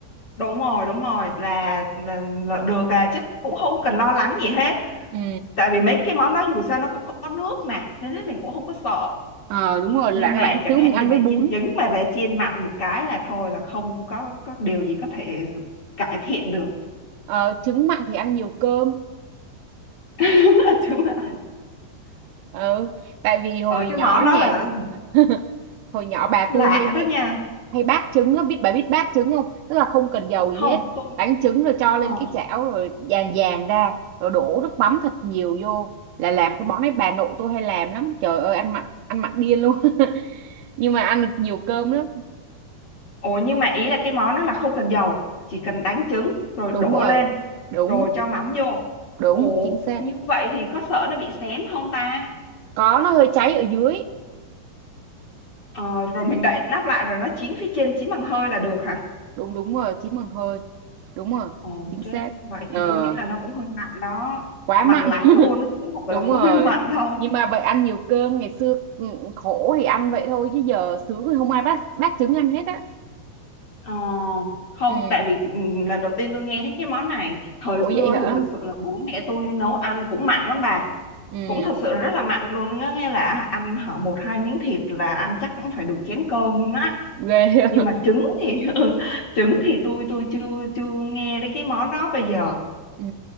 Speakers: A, on the left; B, on the right.
A: đúng rồi đúng rồi là là, là được à chứ cũng không cần lo lắng gì hết
B: ừ
A: tại vì mấy cái món đó dù sao nó cũng có nước mà nên hết mình cũng không có sợ
B: ờ đúng rồi
A: nhưng
B: loãng
A: mà
B: loãng
A: chẳng
B: xíu
A: hạn
B: mình ăn
A: như
B: với
A: bà
B: bún
A: chiên trứng mà bà chiên mặn một cái là thôi là không có có điều gì có thể cải thiện được
B: Ờ, trứng mặn thì ăn nhiều cơm
A: <laughs> chứ mà
B: Ờ, tại vì hồi
A: rồi cái
B: nhỏ
A: món đó
B: nhà
A: là
B: <laughs> hồi nhỏ bà
A: lạ
B: tôi hay hay
A: đó nha
B: hay bác trứng á biết bà biết bác trứng không tức là không cần dầu
A: không
B: gì hết
A: tôi
B: đánh trứng rồi cho lên
A: ờ
B: cái chảo rồi dàn dàn ra rồi đổ nước mắm thật nhiều vô là làm cái món đấy bà nội tôi hay làm lắm trời ơi ăn mặn ăn mặn điên luôn <laughs> nhưng mà ăn được nhiều cơm lắm
A: Ồ nhưng mà ý là cái món đó là không cần dầu, chỉ cần đánh trứng rồi
B: đúng
A: đổ
B: rồi
A: lên
B: đúng
A: rồi cho mắm vô.
B: đúng
A: Ồ
B: chính xác
A: như vậy thì có sợ nó bị xém không ta?
B: có nó hơi cháy ở dưới
A: Ờ, rồi mình đậy nắp lại rồi nó chín phía trên chín bằng hơi là được hả?
B: đúng đúng rồi chín bằng hơi đúng rồi
A: Ồ
B: chính
A: chết,
B: xác
A: vậy
B: ờ
A: thì tôi nghĩ là nó cũng hơi mặn đó.
B: quá
A: Mặn
B: mặn
A: lắm luôn, nó cũng không phải
B: đúng
A: là <laughs>
B: rồi
A: hơi mặn đâu.
B: nhưng mà vậy ăn nhiều cơm ngày xưa ừ, khổ thì ăn vậy thôi chứ giờ sướng thì không ai bắt bắt trứng ăn hết á
A: Ờ, không
B: ừ
A: tại vì ừ, lần đầu tiên tôi nghe thấy cái món này thời
B: ủa
A: xưa
B: vậy hả
A: thì thật sự là bố mẹ tôi nấu ăn cũng mặn lắm bà
B: ừ
A: cũng thật sự rất là mặn luôn á, nghe là ăn hở một hai miếng thịt là ăn chắc cũng phải được chén cơm luôn á
B: ghê
A: nhưng
B: <laughs>
A: mà trứng thì <laughs> ừ, trứng thì tôi tôi chưa chưa nghe đến cái món đó bây giờ
B: ừ